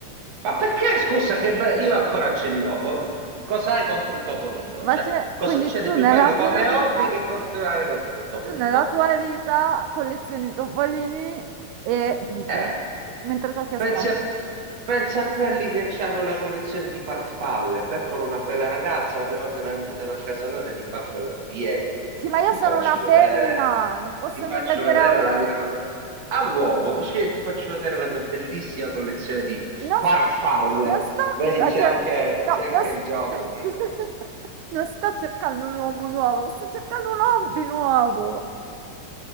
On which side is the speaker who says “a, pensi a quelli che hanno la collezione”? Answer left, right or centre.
Right